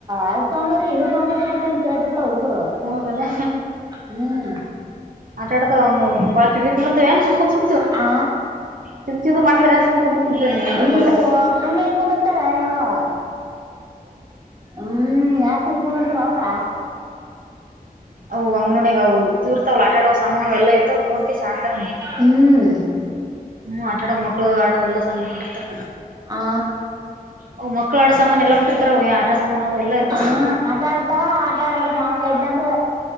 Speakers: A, on the right; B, on the right.
A: ಅದ ತೊಂಬರಿ ಇ ತೊಂದ್ರಿ ಅಂತಂತ ಕೇಳ್ತಿರ್ತ ಹುಡುಗರು.
B: ಹ್ಮ
A: ಹ್ಮ್
B: ಆಡ್ತಾವ ಟ್ ಮಾಡ್ದ ಏನ್ಕು.
A: ಆ
B: ಚಿಗ ಚಿಗ ಮಾಡಿದ್ರ ಸುಮ್ ಕುಟ್ರ ಕುುದ್ರ ನೀ ಏನ್
A: ಈ
B: ಕೊಟ್ರೆ.
A: ಯವ್ವ ಸುಮ್ನೆ ಎಲ್ಲಿ ಕುಂದಿರ್ತಾರ ಯವ್ವ ಹ್ಮ್ ಯಾ ಸುಕೊಂಡಿರ್ತಾರ ಅವ್ರ.
B: ಓ ಅಂಗೋ. ನಗ ದೂರ್ತಾವ ಆಟ ಆಡವ ಸಾಮಾನ ಎಲ್ಲ ಇರ್ವ್ ತಗೋೊಂಡಕಸ ಆಡ್ತಾರ.
A: ಹ್ಮ್
B: ಹ್ಮ ಆಟಾ ಆಡಕ್ ಮಕ್ಕಳು ಆಡವ ಎಲ್ಲ ಸಾಮಾನ ಕೊಟ್ಟಿರ್ತಾರ
A: ಆ
B: ಅವು ಮಕ್ಕಳ ಆ ಸಾಮಾನ ಎ ಕೊಟ್ಟಿತ ಅವವು ಆಟ ಸಾಮಾನ ಅವವು ಎಲ್ಲ ಇರ್ತ
A: ಹ್ಮ್ ಆಟ ಆಡ್ತಾವ ಆಟ ಆಡ್ರ ಸಾಕೈತಂದ್ರ